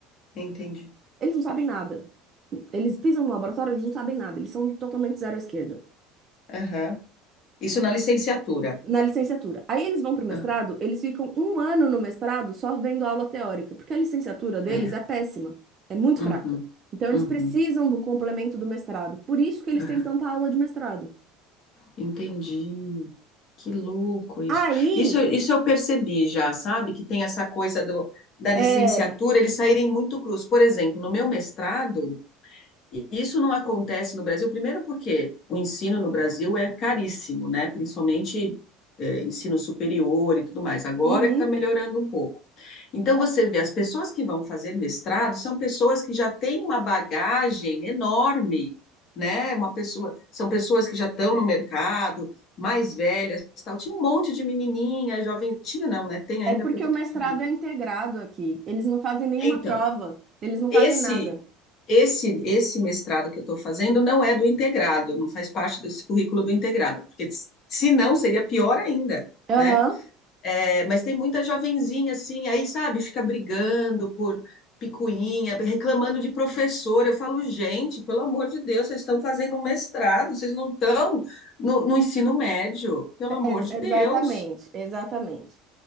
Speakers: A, on the left (about 35°); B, on the right (about 25°).
A: Entendi.
B: Eles não sabem nada. Eles pisam no laboratório, eles não sabem nada. Eles são totalmente zero à esquerda.
A: Aham. Isso na licenciatura.
B: na licenciatura. Aí eles vão para o mestrado,
A: Ah,
B: eles ficam um ano no mestrado só vendo aula teórica, porque a licenciatura deles
A: é.
B: é péssima, é muito
A: Uhum,
B: fraca. Então eles
A: uhum,
B: precisam de um complemento do mestrado, por isso que eles
A: aham.
B: têm tanta aula de mestrado.
A: Entendi. Que louco isso.
B: Aí
A: Isso, isso eu percebi já, sabe? Que tem essa coisa do, da
B: é,
A: licenciatura, eles saírem muito cruz. Por exemplo, no meu mestrado, e isso não acontece no Brasil, primeiro porque o ensino no Brasil é caríssimo, né? Principalmente eh, ensino superior e tudo mais. Agora
B: uhum,
A: que está melhorando um pouco. Então você vê, as pessoas que vão fazer mestrado são pessoas que já têm uma bagagem enorme, né? Uma pessoa, são pessoas que já estão no mercado, mais velhas, tal. Tinha um monte de menininha, jovem, tinha não, né? Tem ainda
B: é porque
A: porque eu
B: o
A: estou
B: mestrado
A: terminando.
B: é integrado aqui, eles não fazem nenhuma
A: Então,
B: prova, eles não
A: esse,
B: fazem nada.
A: esse, esse mestrado que eu estou fazendo não é do integrado, não faz parte desse currículo do integrado, porque se não seria pior ainda, né?
B: Aham,
A: É, mas tem muita jovenzinha assim, aí sabe, fica brigando por picuinha, reclamando de professor. Eu falo, gente, pelo amor de Deus, vocês estão fazendo um mestrado, vocês não estão no, no ensino médio, pelo amor
B: ex-
A: de Deus.
B: exatamente, exatamente.